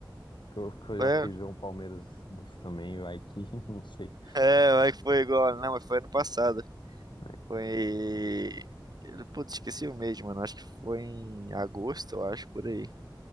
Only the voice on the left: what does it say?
Que eu, que eu já
fui ver um Palmeiras e Santos também, vai que, <laughs> não sei.
Mas